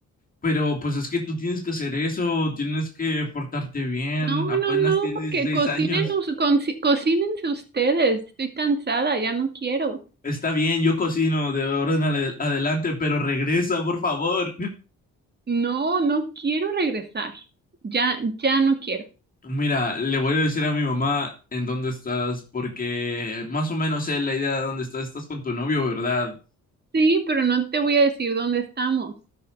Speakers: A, on the left (about 30°); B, on the right (about 35°).
A: Pero pues es que tú tienes que hacer eso, tienes que portarte bien,
B: No,
A: apenas
B: no, no,
A: tienes 16
B: que cocinen,
A: años.
B: us- conci- cocínense ustedes. Estoy cansada, ya no quiero.
A: Está bien, yo cocino de ahora en ale- adelante, pero regresa, por favor.
B: No, no quiero regresar. Ya, ya no quiero.
A: <laughs> Mira, le voy a decir a mi mamá en dónde estás, porque más o menos sé la idea de dónde estás. Estás con tu novio, ¿verdad?
B: Sí, pero no te voy a decir dónde estamos.